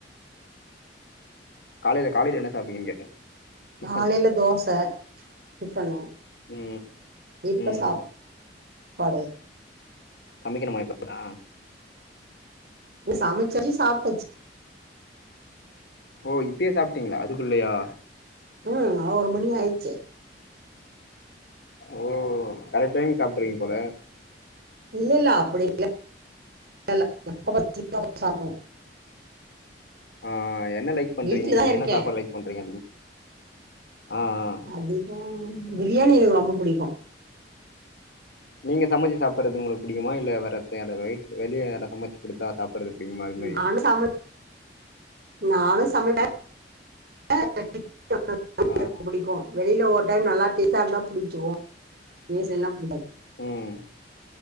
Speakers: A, on the left; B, on the right.
A: காலைல காலைல என்ன சாப்ட்டீங்கன் கேட்டே டிஃபன்
B: காலைல தோச டிஃபனு
A: ம்
B: இப்ப
A: ம்
B: சாப் பாடு
A: சமைக்கணுமா இப்பத்தா
B: இன்ன சமைச்சோனே சாப்ட்டாச்சி
A: ஓ இப்பயே சாப்ட்டீங்ளா அதுக்குள்ளயா
B: ம் ஓவ்ரு மணி ஆய்ச்சே
A: ஓ கரெட் டைம்க் சாப்ட்ருவீங்க போல
B: இல்லல்ல அப்டி இல்ல <inaudible> அப்ப சாப்டுவோ
A: ஆ என்ன லைக் பண்றீங்க
B: வீட்லதான்
A: நீங்க
B: இருக்கேன்
A: என்ன சாப்பாடு லைக் பண்றீங்க அதிகோ ஆ ஆ
B: அதிகோ பிரியாணி எங்களுக்கு ரொம்போ புடிக்கு
A: நீங்க சமைச்சு சாப்பட்றது உங்களுக் புடிக்குமா இல்ல வேற அத்தே அதாவ்து வீட் வெளிய யாரத் சமைச்சு குடுத்தா சாப் பட்றது புடிக்குமா அது மாரி
B: நானு சம <inaudible> நானு சமைப்பே <inaudible> <inaudible>
A: ஆ
B: புடிக்கு வெளில ஓ ரு டைம் நல்லா டேஸ்டா இருந்தா புடிக்கு <unintelligible> புடிக்காத்
A: ம்